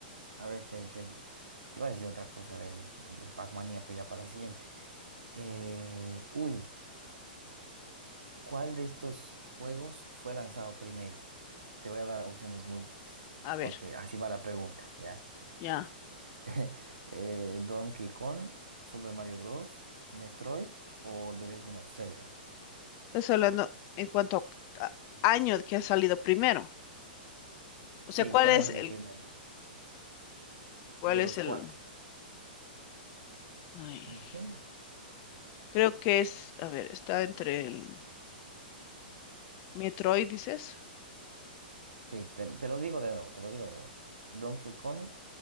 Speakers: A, on the right (about 70°); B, on the left (about 35°).
A: A ver, te, te, te iba a decir otra cosa del, del Pac-Man, ya, pero ya para la siguiente. Eh, uy. ¿Cuál de estos juegos fue lanzado primero? Te voy a dar opciones múltiples,
B: a ver,
A: porque así va la pregunta, ¿ya?
B: ya.
A: <laughs> Eh, Donkey Kong, Super Mario Bros., Metroid o The Legend of Zelda.
B: Estás hablando en cuanto a a- año que ha salido primero. O
A: Sí,
B: sea, ¿cuál
A: ¿cuál
B: es
A: ha salido
B: el,
A: primero?
B: cuál
A: De
B: es
A: los
B: el,
A: cuatro.
B: ay,
A: ¿Tú me entiendes?
B: creo que es, a ver, está entre el Metroid, dices,
A: Sí, te, te lo digo de nuevo, te lo digo de nuevo. Donkey Kong,